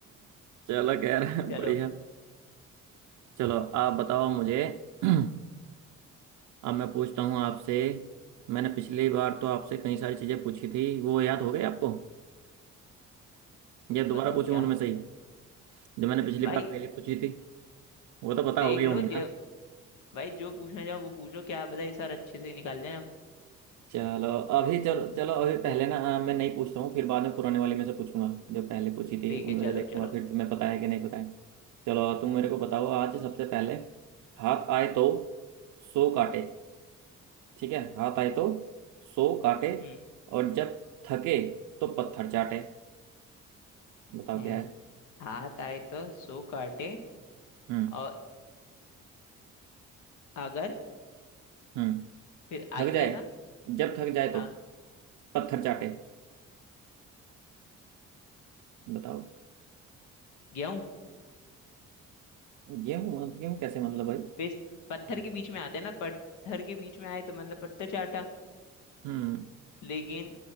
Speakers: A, on the right; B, on the left.
A: चलो खैर <laughs>
B: चलो
A: बढ़िया चलो आप बताओ मुझे <clears throat> अब मैं पूछता हूँ आपसे मैंने पिछली बार तो आपसे कई सारी चीज़ें पूछी थी वो याद हो गई आपको या दोबारा
B: बताओ
A: पूछूं
B: क्या
A: उनमें से ही जो मैंने पिछली
B: भाई
A: बार पहले पूछी थी वो तो पता
B: देख
A: हो गई
B: लो
A: होंगी
B: जो
A: ना
B: भाई जो पूछना चाहो वो पूछो क्या पता इस बार अच्छे से निकाल जाए हम
A: चलो अभी चलो चलो अभी पहले ना अ, मैं नहीं पूछता हूँ फिर बाद में पुराने वाले में से पूछूंगा जो पहले पूछी थी
B: ठीक
A: उनमें
B: है चलो
A: से देखूंगा
B: चलो
A: फिर तुम्हें पता है कि नहीं पता है चलो तुम मेरे को बताओ आज सबसे पहले हाथ आए तो सो काटे ठीक है हाथ आए तो सो काटे
B: हम्म
A: और जब थके तो पत्थर चाटे बताओ
B: है
A: क्या है
B: हाथ आए तो सो काटे
A: हम्म
B: और अगर
A: हम्म
B: फिर आगे
A: थक जाए
B: क्या था
A: जब थक जाए तो
B: हाँ
A: पत्थर चाटे बताओ
B: गेहूं
A: गेहूं गेहूं कैसे मतलब भाई
B: पेस्ट पत्थर के बीच में आते हैं ना पत्थर के बीच में आए तो मतलब पत्थर चाटा
A: हम्म
B: लेकिन